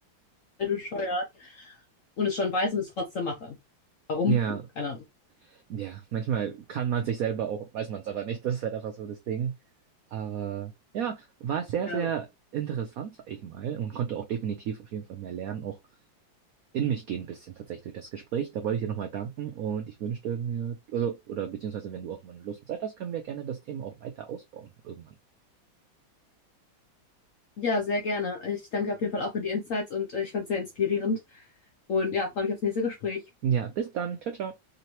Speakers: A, on the left (about 60°); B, on the right (about 75°).
A: bescheuert und es schon weiß und es trotzdem mache. Warum?
B: Ja.
A: Keine Ahnung.
B: Ja. Manchmal kann man sich selber auch, weiß man es aber nicht, das ist halt einfach so das Ding. Aber ja, war sehr,
A: Ja,
B: sehr interessant, sag ich mal, und konnte auch definitiv auf jeden Fall mehr lernen, auch in mich gehen ein bisschen tatsächlich durch das Gespräch. Da wollte ich dir nochmal danken und ich wünschte mir, oder, oder beziehungsweise wenn du auch mal Lust und Zeit hast, können wir gerne das Thema auch weiter ausbauen irgendwann.
A: ja sehr gerne. Ich danke auf jeden Fall auch für die Insights und äh, ich fand es sehr inspirierend. Und ja, freue mich aufs nächste Gespräch.
B: Ja, bis dann. Ciao, ciao.